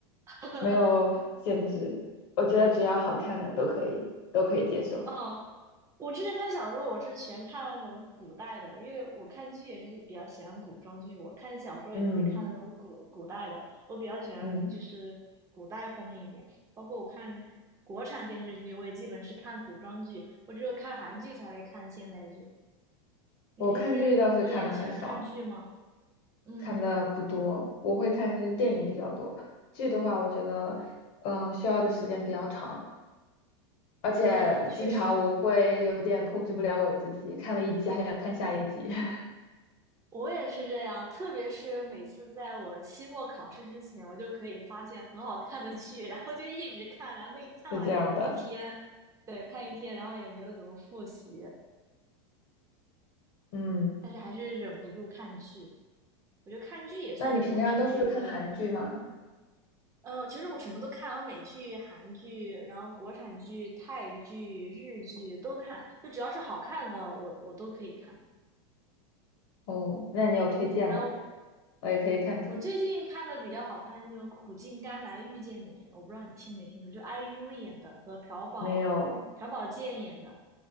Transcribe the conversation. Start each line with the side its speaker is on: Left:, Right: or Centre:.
Right: <laughs>
Left: 没有限制，我觉得只要好看的都可以，都可以接受。
Right: 嗯，我之前看小说，我是全看那种古代的，因为我看剧也是比较喜欢古装剧，我看小说也都是看那种古古代的，
Left: 嗯
Right: 我比较喜欢就是古代风一点。
Left: 嗯，
Right: 包括我看国产电视剧，我也基本是看古装剧，我只有看韩剧才会看现代剧。你平时你也喜欢看剧吗？
Left: 我看剧倒是看的很少。
Right: 嗯
Left: 看的不多，我会看这些电影比较多。剧的话，我觉得，嗯、需要的时间比较长，而且经常我会有点控制不了我自己，
Right: 嗯，确实。
Left: 看了一集还想看下一集，<laughs>
Right: 我也是这样，特别是每次在我期末考试之前，我就可以发现很好看的剧，然后就一直看，然后那看完一天，
Left: 是这样的。
Right: 对，看一天，然后也没有怎么复习，
Left: 嗯，
Right: 但是还是忍不住看剧。我觉得看剧也算是我平时一个，
Left: 那你平常都是看韩剧吗？
Right: 呃，其实我什么都看，我美剧、韩剧，然后国产剧、泰剧、日剧都看，就只要是好看的，我我都可以看。
Left: 哦，那你有推荐吗？
Right: 然后
Left: 我也可以看看。
Right: 我最近看的比较好看是那个《苦尽甘来遇见你》，我不知道你听没听说，就 IU 演的和朴宝朴宝剑演的，
Left: 没有，